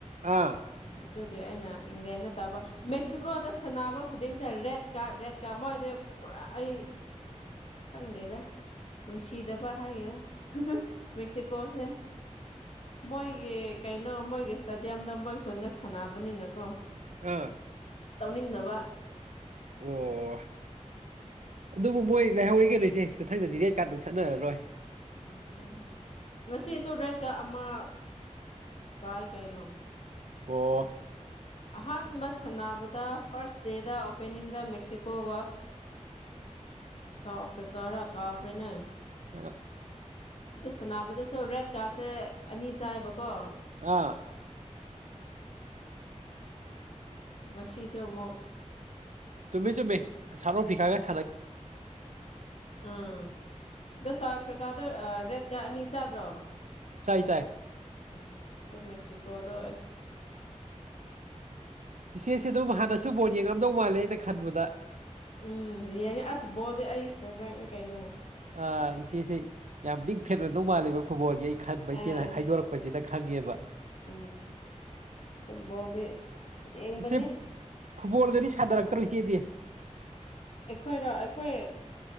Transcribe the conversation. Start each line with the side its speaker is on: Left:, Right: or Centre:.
Right: ꯑꯥ
Left: ꯑꯗꯨꯒꯤ ꯑꯩꯅ ꯏꯪꯂꯦꯟꯟꯅ ꯇꯕ ꯃꯦꯛꯁꯤꯀꯣꯗ ꯁꯥꯟꯅꯕ ꯈꯨꯗꯤꯡꯁꯦ ꯔꯦꯠ ꯀꯥꯔꯠ ꯔꯦꯠ ꯀꯥꯔ ꯃꯣꯏꯗ ꯄꯨꯔꯥ ꯑꯩ ꯈꯪꯗꯦꯗ ꯅꯨꯡꯁꯤꯗꯕ ꯍꯥꯏꯒꯦꯔꯥ ꯃꯦꯛꯦꯛꯁꯤꯀꯣꯁꯦ ꯃꯣꯏꯒꯤ ꯀꯩꯅꯣ ꯃꯣꯏꯒꯤ ꯏꯁꯇꯦꯗꯤꯌꯝꯗ ꯃꯣꯏ ꯈꯨꯅ ꯁꯥꯟꯅꯕꯅꯤꯅꯀꯣ
Right: ꯑꯥ
Left: ꯇꯧꯅꯤꯡꯗꯕ
Right: ꯑꯣ ꯑꯗꯨꯕꯨ ꯃꯣꯏ ꯂꯩꯍꯧꯔꯤ ꯀꯩꯅꯣꯁꯦ ꯁꯊꯪꯗꯗꯤꯔꯦ ꯀꯥꯔꯠ ꯅꯨꯡ ꯆꯠꯅꯔꯔꯣꯏ
Left: ꯎꯝ ꯎꯝ ꯉꯁꯤ ꯆ꯭ꯔꯦ ꯇꯤꯀꯥ ꯑꯃ ꯆꯥꯏ ꯀꯩꯅꯣ
Right: ꯑꯣ
Left: ꯑꯍꯥꯟꯕ ꯁꯥꯟꯅꯕꯗ ꯐꯥꯔꯁ ꯗꯦꯗ ꯑꯣꯄꯦꯅꯤꯡꯗ ꯃꯦꯛꯁꯤꯀꯣꯒ ꯁꯥꯎꯠ ꯑꯐ꯭ꯔꯤꯀꯥꯔꯥ ꯀꯥꯎꯈ꯭ꯔꯦꯅꯦ
Right: ꯑ
Left: ꯑ ꯁꯅꯕꯗꯁꯨ ꯔꯦꯠ ꯀꯥꯔꯠꯁꯦ ꯑꯅꯤ ꯆꯥꯏꯕꯀꯣ
Right: ꯑꯥ
Left: ꯉꯁꯤꯁꯨ ꯑꯃꯨꯛ
Right: ꯇꯃꯤꯃꯤ ꯆꯃꯤꯃꯦ ꯁꯥꯟ ꯄꯤꯈꯥꯒꯁ
Left: ꯎꯝꯗꯁꯐꯥ ꯀꯥꯗꯔ ꯔꯦꯠ ꯀꯥ ꯑꯅꯤ ꯆꯥꯗ꯭ꯔꯣ
Right: ꯆꯥꯏ ꯆꯥꯏ
Left: ꯎꯝ ꯑꯗꯣ ꯃꯦꯛꯁꯤꯀꯣꯗ ꯑꯦꯁ
Right: ꯏꯆꯦꯁꯦ ꯑꯗꯨꯝ ꯍꯥꯟꯅꯁꯨ ꯕꯣꯔꯣꯟ ꯌꯦꯡꯉꯝꯗꯧ ꯃꯥꯜꯂꯦ ꯑꯩꯅ ꯈꯟꯕꯗ
Left: ꯎꯝ ꯌꯦꯡꯉꯦ ꯑꯁ ꯕꯣꯜꯗꯤ ꯑꯩ ꯐꯦꯚꯣꯔꯥꯏꯠꯅꯤ ꯀꯩꯅꯣ
Right: ꯑꯥ ꯏꯆꯦꯁꯦ ꯌꯥꯝ ꯃꯤꯡ ꯐꯦꯠꯅꯗꯧ ꯃꯥꯜꯂꯦꯕ ꯐꯨꯠꯕꯣꯜꯒꯤ ꯑꯩ ꯈꯟꯕ ꯏꯆꯦꯅ
Left: ꯎꯝ
Right: ꯍꯥꯏꯗꯣꯔꯛꯄꯁꯤꯅ ꯈꯪꯉꯦꯕ
Left: ꯎꯝ ꯐꯨꯠꯕꯣꯜꯒꯤꯁ ꯌꯦꯡꯕꯅꯦ
Right: ꯏꯆꯦ ꯐꯨꯠꯕꯣꯜꯒꯗꯤ ꯁꯥꯅꯔꯛꯇꯔꯣ ꯏꯆꯦꯗꯤ
Left: ꯑꯩꯈꯣꯏꯅꯣ ꯑꯩꯈꯣꯏ